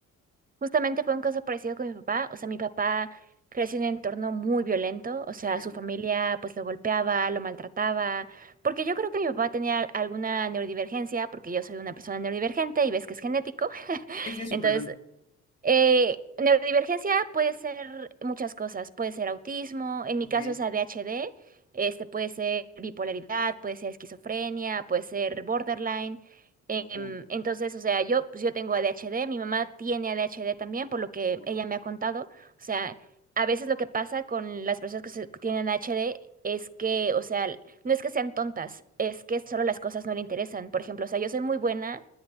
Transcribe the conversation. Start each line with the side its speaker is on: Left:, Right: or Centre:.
Right: Justamente fue un caso parecido con mi papá. O sea, mi papá creció en un entorno muy violento. O sea,
Left: Ya.
Right: su familia pues lo golpeaba, lo maltrataba. Porque yo creo que mi papá tenía alguna neurodivergencia, porque yo soy una persona neurodivergente y ves que es genético. <laughs>
Left: ¿Qué es eso?
Right: Entonces,
Left: Perdón.
Right: eh, neurodivergencia puede ser muchas cosas, puede ser autismo, en mi
Left: Ok.
Right: caso es ADHD, este puede ser bipolaridad, puede ser esquizofrenia, puede ser borderline. em,
Left: Oh,
Right: entonces, o sea, yo pues yo tengo ADHD, mi mamá tiene ADHD también, por lo que
Left: oh.
Right: ella me ha contado. O sea, a veces lo que pasa con las personas que se- que tienen ADHD es que, o sea, no es que sean tontas, es que solo las cosas no le interesan. Por ejemplo, o sea, yo soy muy buena